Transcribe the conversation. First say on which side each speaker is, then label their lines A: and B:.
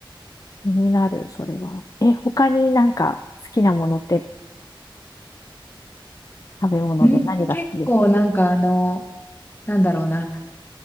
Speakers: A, on the left; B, on the left.
A: 気になる、それは。え、他になんか好きなものって食べ物で何が好きですか
B: うん、結構なんかあの、なんだろうな。